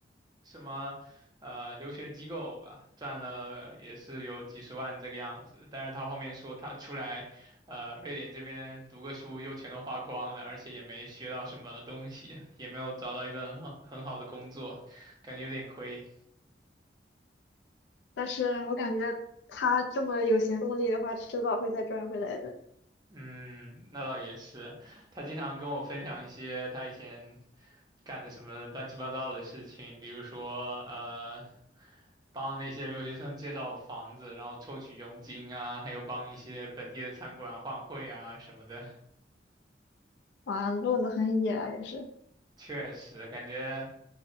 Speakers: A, on the right; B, on the left.
A: 什么呃留学机构吧，赚了也是有几十万这个样子。但是他后面说他出来，呃，瑞典这边读个书又全都花光了，而且也没学到什么东西，也没有找到一份很好的工作，感觉有点亏。
B: 但是我感觉他这么有行动力的话，迟早会再赚回来的。
A: 嗯，那倒也是。他经常跟我分享一些他以前干的什么乱七八糟的事情，比如说呃，帮那些留学生介绍房子，然后抽取佣金啊，还有帮一些本地的餐馆换汇啊什么的。
B: 哇，路子很野啊，也是。
A: 确实，感觉。